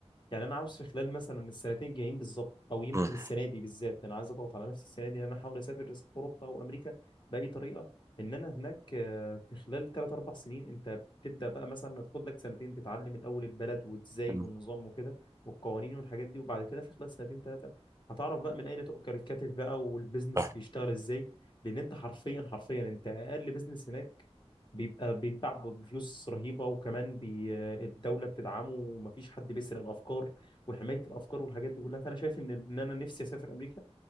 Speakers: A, on the left; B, on the right.
A: يعني انا عاوز في خلال مثلا السنتين الجايين بالظبط او يمكن
B: مم.
A: السنه دي بالذات انا عايز اضغط على نفسي السنه دي ان انا احاول اسافر اوروبا او امريكا باي طريقه ان انا هناك آه، في خلال 3 4 سنين انت بتبدا بقى مثلا تاخد لك سنتين تتعلم الاول البلد وازاي
B: مم.
A: والنظام وكده والقوانين والحاجات دي وبعد كده في خلال سنتين ثلاثه هتعرف بقى من اين تؤكل الكتف بقى والبيزنس
B: صح.
A: بيشتغل ازاي لان انت حرفيا حرفيا انت اقل بيزنس هناك بيبقى بيتباع بفلوس رهيبة وكمان بي آه، الدولة بتدعمه ومفيش حد بيسرق الأفكار وحماية الأفكار والحاجات دي كلها فأنا شايف إن إن أنا نفسي أسافر أمريكا